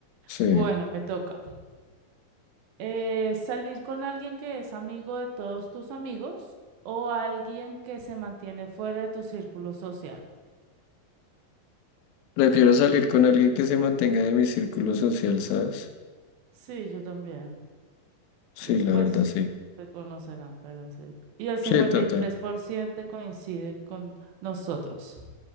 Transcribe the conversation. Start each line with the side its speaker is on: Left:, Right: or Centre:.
Left: Sí.
Right: Bueno, me toca. Eh, salir con alguien que es amigo de todos tus amigos o alguien que se mantiene fuera de tu círculo social.
Left: Prefiero salir con alguien que se mantenga de mi círculo social, ¿sabes?
Right: Sí, yo también.
Left: Sí,
Right: Después
Left: la verdad, sí.
Right: se conocerán, pero sí. Y el cincuenta
Left: Sí, total.
Right: y tres por ciento coinciden con nosotros.